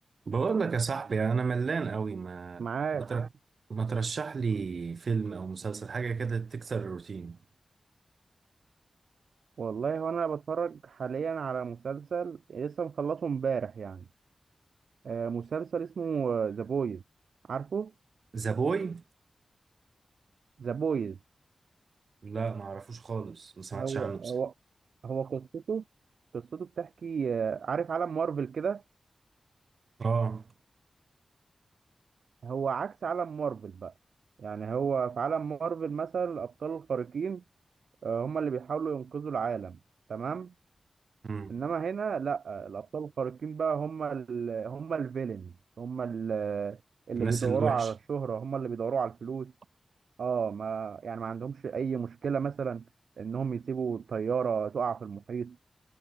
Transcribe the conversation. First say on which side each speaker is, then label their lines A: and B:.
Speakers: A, on the right; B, on the right.
A: بقول لك يا صاحبي انا ملان قوي ما
B: معاك
A: ما تر- ما ترشح لي فيلم او مسلسل حاجه كده تكسر الروتين
B: والله هو انا بتفرج حاليا على مسلسل لسه مخلصه امبارح يعني آه، مسلسل اسمه ذا بويز عارفه
A: ذا بوي
B: ذا بويز
A: لا ما اعرفوش خالص ما سمعتش
B: هو
A: عنه بصراحه
B: هو هو قصته قصته بتحكي آه، عارف عالم مارفل كده
A: اه
B: هو عكس عالم مارفل بقى يعني هو في عالم مارفل مثلا الابطال الخارقين آه، هم اللي بيحاولوا ينقذوا العالم تمام
A: امم
B: انما هنا لا الابطال الخارقين بقى هم ال... هم الفيلنز هم ال... اللي
A: الناس
B: بيدوروا
A: الوحشه
B: على الشهرة هم اللي بيدوروا على الفلوس اه ما يعني ما عندهمش اي مشكلة مثلا انهم يسيبوا الطيارة تقع في المحيط